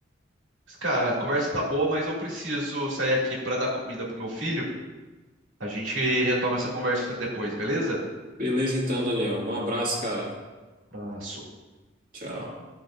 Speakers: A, on the right; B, on the right.
A: Mas, Cara, a conversa tá boa, mas eu preciso sair aqui pra dar comida pro meu filho. A gente retoma essa conversa depois, beleza?
B: Beleza então, Daniel. Um abraço, cara.
A: Abraço.
B: Tchau.